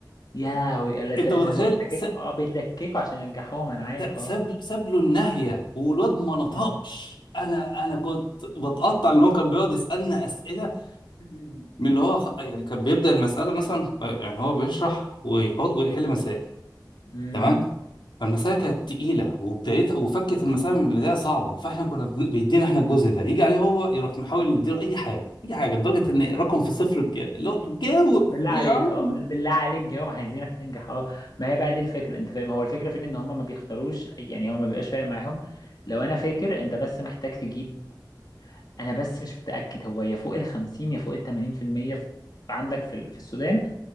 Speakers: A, on the left; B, on the left.
A: يا لهوي لا، ده-
B: أنت متخيل
A: ان هم بيتلككوا
B: س...
A: اه بيتلككوا عشان ينجحوهم انا عارف
B: ت-
A: اه
B: ساب ساب له الناهية والواد ما نطقش
A: مم.
B: أنا أنا كنت بتقطع إن هو كان بيقعد يسألنا أسئلة من اللي هو خ- يعني كان بيبدأ المسألة مثلا آه، يعني هو بيشرح ويحط ويحل مسائل
A: مم.
B: تمام فالمسألة كانت تقيلة وبدايتها وفكت المسألة من البداية صعبة فاحنا كنا بن- بيدينا احنا الجزء ده يجي عليه هو يروح محاول نديله أي حاجة أي حاجة لدرجة
A: آه،
B: إن رقم في صفر بكام اللي هو جاوب
A: بالله
B: يا
A: عليك
B: عم
A: اه بال- بالله عليك جاوب عايزينك تنجح اه ما هي بقى دي الفكره انت فاهم هو الفكره فين ان هم ما بيختاروش يعني هو ما بيبقاش فارق معاهم لو انا فاكر انت بس محتاج تجيب انا بس مش متاكد هو يا فوق ال 50 يا فوق ال 80% في المية في عندك في ال- في السودان